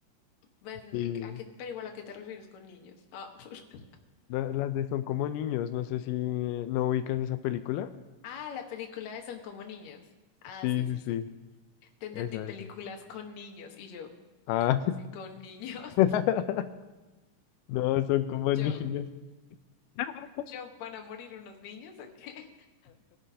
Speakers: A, on the left; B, on the left.
A: Pues, no,
B: Sí.
A: ¿a qué- pero igual, ¿a qué te refieres con niños? Ah, <laughs>
B: La- Las de son como niños, no sé si no ubicas esa película.
A: ah, la película de Son como niños. Ah,
B: Sí,
A: sí,
B: sí,
A: sí,
B: sí.
A: sí. Te entendí
B: Esa,
A: películas
B: esa.
A: con niños y yo,
B: Ah.
A: ¿cómo así con niños?
B: <laughs>
A: <laughs>
B: No, son como niños.
A: Yo,
B: <laughs>
A: yo, ¿van a morir unos niños o qué? <laughs>